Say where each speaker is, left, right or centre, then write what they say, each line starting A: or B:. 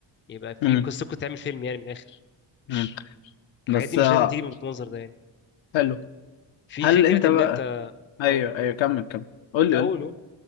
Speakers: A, on the left; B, on the left.
A: يبقى في
B: امم
A: قصتكم تعمل فيلم يعني من الاخر مش
B: امم
A: الحاجات
B: بس
A: دي مش
B: آه،
A: لازم تيجي بالمنظر ده يعني
B: حلو
A: في
B: هل
A: فكرة
B: انت بقى
A: ان انت
B: ايوه
A: او
B: ايوه
A: أو-
B: كمل كمل قول
A: الاول
B: لي قول لي
A: أهو،